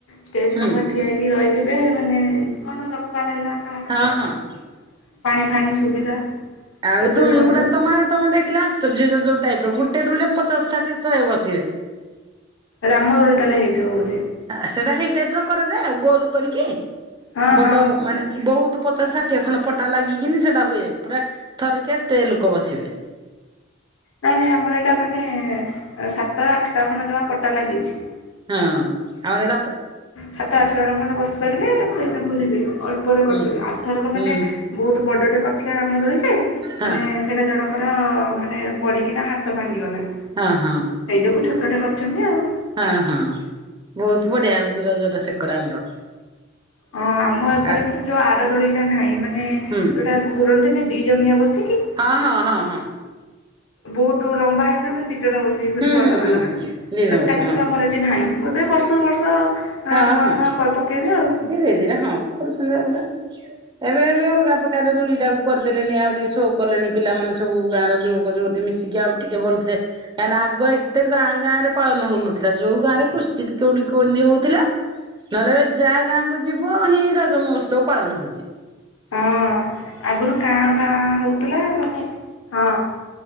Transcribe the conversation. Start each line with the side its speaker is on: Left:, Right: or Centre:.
Left: ଷ୍ଟେଜ
Right: ହୁଁ
Left: ପାଖରେ ଠିଆ ହେଇ ରହିଥିବେ ମାନେ କଣ ଦରକାର ହେଲା କାହାର
Right: ହଁ
Left: କଣ
Right: ହଁ।
Left: ପାଣି ଫାଣି ସୁବିଧା
Right: ଆଉ
Left: ଏସବୁ
Right: ଦୋଳି
Left: କରିବେ
Right: ଗୁଡା ତ ମା ତମେ ଦେଖିଲେ <unintelligible> ଟାଇପ୍ ର, ଗୋଟେ ରୁଲ୍ ରେ ପଚାଶ ଷାଠିଏ ଶହେ ବସିବେ।
Left: ରାମ ଦୋଳି ତାହେଲେ ହେଇଥିବ ବୋଧେ।
Right: ସେଟା ହେଇ ଟାଇପ୍ ର କରାଯାଏ ଆଉ। ଗୋଲ କରିକି
Left: ହଁ
Right: ବଡ
Left: ହଁ।
Right: ମାନେ ବହୁତୁ ପଚାଶ ଷାଠିଏ ଖଣ୍ଡ ପଟା ଲାଗିକିନି ସେଟା ହୁଏ, ପୁରା ଥରେ କେ ଏତେ ଲୋକ ବସିବେ।
Left: ନାଇଁ ନାଇଁ ଆମର ଏଇଟା ମାନେ ସାତ ଟା ରୁ ଆଠଟା ଖଣ୍ଡେ ଜମା ପଟା ଲାଗିଚି। <unintelligible>
Right: ହଁ ଆମର ଏଟା
Left: ସାତ ଆଠ ଜଣ ଖଣ୍ଡେ ବସିପାରିବେ ସେଇଥିରେ ଘୁରିବେ, ଅଳ୍ପରେ କରିଛନ୍ତି।
Right: ହୁଁ
Left: ଆର ଥର
Right: ହୁଁ
Left: ମାନେ ବହୁତୁ ବଡ଼ଟେ କରିଥିଲେ ରାମ ଦୋଳି ଯେ ମାନେ
Right: ହୁଁ
Left: ସେଇଟା ଜଣଙ୍କର ମାନେ ପଡ଼ିକିନା ହାତ ଭାଙ୍ଗିଗଲା।
Right: ହଁ ହଁ।
Left: ସେଇ ଯୋଗୁ ଛୋଟଟେ କରିଛନ୍ତି ଆଉ।
Right: ହଁ ହଁ। ବହୁତ ବଢିଆ ହଉଚି ରଜଟା ସେକରେ ଆମର।
Left: ହଁ ଆମ ଏକରେ
Right: ଆଉ
Left: କିନ୍ତୁ ଯୋଉ ଆର ଦୋଳିଟା ନାହିଁ। ମାନେ
Right: ହୁଁ
Left: ଯୋଉଟା ଘୁରନ୍ତିନି ଦି ଜଣିଆ ବସିକି
Right: ହଁ ହଁ ହଁ ହଁ।
Left: ବହୁତୁ ଲମ୍ବା ହେଇଥିବ କିନ୍ତୁ ଦି ଜଣ ବସିକି ଘୁରିବ
Right: ହୁଁ
Left: ଅଲଗା
Right: ହୁଁ ହୁଁ
Left: ଅଲଗା।
Right: ହୁଁ ଦିଜଣ
Left: ସେଟା
Right: ବସିବେ
Left: କିନ୍ତୁ
Right: ହଁ
Left: ଆମର ଏ ଠି ନାହିଁ। ବୋଧେ ବର୍ଷକୁ ବର୍ଷ
Right: ହଁ
Left: ନୂଆ
Right: ହଁ
Left: ନୂଆ ପକାଇବେ ଆଉ।
Right: ଧୀରେ ଧୀରେ ହଁ କରୁସନ୍ତି ଅଲଗା। ଏବେ ଏବେ ଅଲଗା ପ୍ରକାର ଦୋଳି ଟାକୁ କରିଦେଲେଣି ଆଉ ଟିକେ ସୋ କଲେଣି ପିଲାମାନେ ସବୁ ଗାଁର ଯୁବକ ଯୁବତୀ ମିଶି କି ଆଉ ଟିକେ ଭଲସେ। କାହିଁକ ନା ଆଗ ଏତେ ଗାଁ ଗାଁ ରେ ପାଳନ ହଉନଥିଲା। ଯୋଉ ଗାଁରେ କୁସ୍ଚିତ୍ କଉଠି କନ୍ତି ହଉଥିଲା। ନହେଲେ ଯା ଗାଁକୁୁ ଯିବ ହିଁ ରଜ ମହୋତ୍ସବ ପାଳନ ହଉଚି।
Left: ହଁ। ଆଗରୁ କାଁ ଭାଁ ହଉଥିଲା। ମାନେ ହଁ।